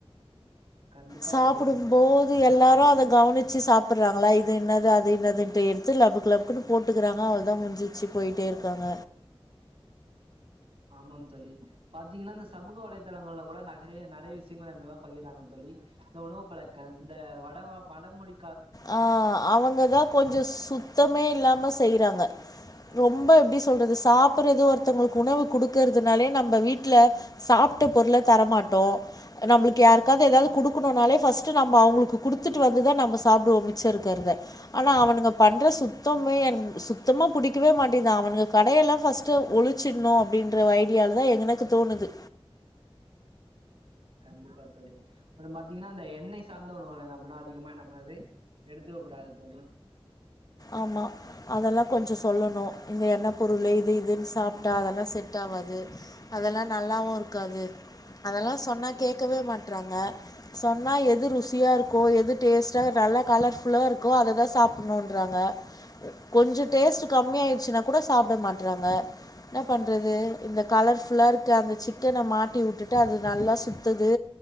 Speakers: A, on the right; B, on the left.
A: கண்டிப்பா
B: சாப்டும்போது
A: தோழி
B: எல்லா அத கவனிச்சு சாப்புட்றாங்களா இது என்னது அது என்னதுன்ட்டு எடுத்து லபுக்கு லபுக்குனு போட்டுக்குறாங்க அவ தான் முடிஞ்சிச்சு போயிட்டே இருக்காங்க
A: ஆமாம் தோழி பாத்தீங்கன்னா இந்த சமூக வலைதளங்கள்ல கூட நகறிய நறைய விஷ்யங்கள் அது மாரி தா பகிர்றாங்க தோழி இந்த உணவு பழக்கம் இந்த வட வடமொழி
B: ஆ அவங்கதா கொஞ்சோ சுத்தமே இல்லாம செய்றாங்க
A: கண்டிப்பா
B: ரொம்ப
A: தோழி
B: எப்டி சொல்றது சாப்புட்றது ஒருத்தவங்களுக்கு உணவு குடு இருக்கறதுனாலே நம்ம வீட்டுல சாப்ட்ட பொருள தரமாட்டோம் நம்மளுக்கு யாருக்காவது ஏதாவது குடுக்கணும்னாலே ஃபஸ் ஸ்ட்டு நம்ம அவங்களுக்கு குடுத்துட்டு வந்துதா நம்ம மிச்சோ இருக்கறத ஆனா அவனுங்க பண்ற சுத்தமே என் சுத்தமா புடிக்கவே மாட்டிங்தான் அவனுங்க கடையெல்லா ஃபஸ்ட்டு ஒழிச்சிட்ணு அப்டின்ற ஐடியாலதா எனக்கு தோணுது
A: கண்டிப்பா தோழி அப்றோ பாத்தீங்கன்னா இந்த எண்ணெய் சார்ந்த உணவுகள என்னா பண்ணு அதிகமா என்னா பண்ணாது எடுத்துக்கக்கூடாது தோழி
B: ஆமா அதெல்லா கொஞ்சோ சொல்லணு இந்த எண்ணப் பொருளு இது இதுன்னு சாப் ட்டா அதெல்லா செட் ஆவாது அதெல்லா நல்லாவு இரு க்காது அதெல்லா சொன்னா கேக்கவே மாட்றாங்க சொன்னா எ எது ருசியா இருக்கோ எது டேஸ்ட்டா நல்லா கலர்ஃபுல்லா இருக்கோ அத தா சாப்புட்ணு ன்றாங்க கொஞ்சோ டேஸ்ட்டு கம்மியாயிடுச்சுனாக் கூட சாப்ட மாட்றாங்க என்ன பண்றது இந்த கலர் ஃபுல்லா இருக்க அந்த சிக்கன மாட்டி உட்டுட்டு அது நல்லா சுத்துது